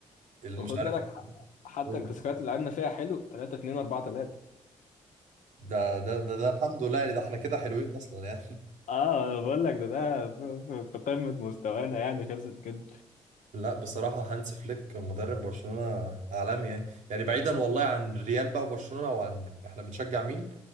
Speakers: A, on the right; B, on the left.
A: اللي
B: وخد
A: مش عارف
B: بالك ح- حتى
A: أقول
B: الكلاسيكيات اللي لعبنا فيها حلو 3 2 4 3
A: ده ده ده ده الحمد لله يعني ده احنا كده حلوين اصلا يعني
B: اه انا بقول لك ده ده في في- في قمة مستوانا يعني خلصت كده
A: <laughs> لا بصراحة هانس فليك مدرب برشلونة عالمي يعني يعني بعيدا والله عن ريال بقى وبرشلونة وعن احنا بنشجع مين